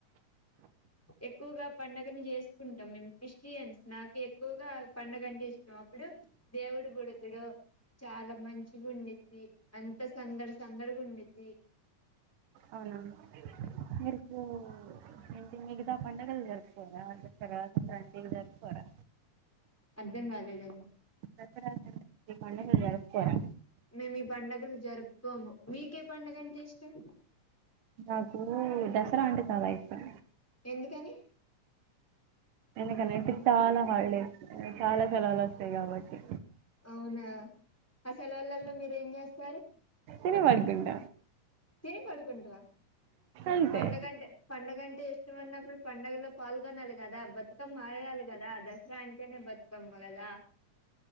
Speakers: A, in the centre; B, on the right.
A: ఎక్కువగా పండుగను చేసుకుంటాం మేము క్రిస్టియన్స్ నాకు ఎక్కువగా పండుగ అంటే ఇష్టం అప్పుడు దేవుడు బుడుతడు చాలా మంచిగా ఉండిద్ది అంత సందడి సందడిగా ఉండిద్ది
B: అవునా మీకు ఏంటి మిగతా పండుగలు జరుపుకోరా దసరా సంక్రాంతి జరుపుకోరా
A: అర్థం కాలేదండి
B: దసరా సంక్రాంతి పండుగలు జరుపుకోరా
A: మేము ఈ పండుగలు జరుపుకోము మీకే పండుగ అంటే ఇష్టం
B: నాకు దసరా అంటే చాలా ఇష్టం
A: ఎందుకని
B: ఎందుకనంటే చాలా హాల్డేస్ చాలా సెలవులు వస్తాయి కాబట్టి
A: అవునా ఆ సెలవులలో మీరు ఏం చేస్తారు
B: తిన పడుగంట
A: తిని పడుకుంటారా
B: అంతే
A: పడుగంటే పండుగ అంటే ఇష్టం అన్నప్పుడు పండగలో పాల్గొనాలి కదా బతుకమ్ మాడగాాలలి కదా దసరా అంటేనే బతుకమ గదా